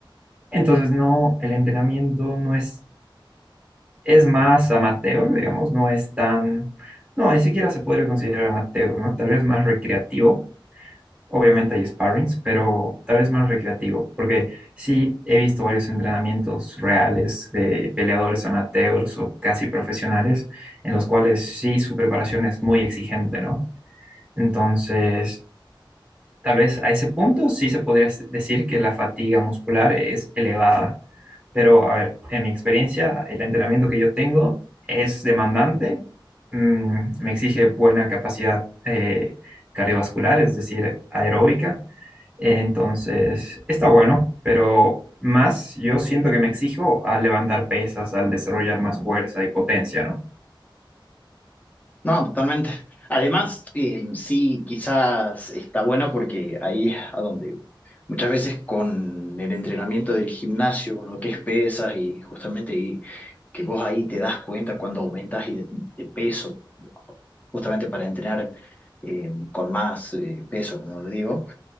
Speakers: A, on the right (about 15°); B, on the left (about 20°).
A: entonces no, el entrenamiento no es, es más amateur, digamos, no es tan, no, ni siquiera se podría considerar amateur, ¿no? Tal vez más recreativo Obviamente hay sparrings, pero tal vez más recreativo, porque sí he visto varios entrenamientos reales de peleadores amateurs o casi profesionales, en los cuales sí su preparación es muy exigente, ¿no? Entonces, tal vez a ese punto sí se podría decir que la fatiga muscular es elevada, pero, a ver, en mi experiencia, el entrenamiento que yo tengo es demandante, mm, me exige buena capacidad eh, cardiovascular, es decir, aeróbica. Entonces, está bueno, pero más yo siento que me exijo al levantar pesas, al desarrollar más fuerza y potencia, ¿no?
B: No, totalmente. Además, eh, sí, quizás está bueno porque ahí es a donde muchas veces con el entrenamiento del gimnasio, uno que es pesas y justamente y que vos ahí te das cuenta cuando aumentas y de, de peso, justamente para entrenar eh, con más eh, peso, como lo digo.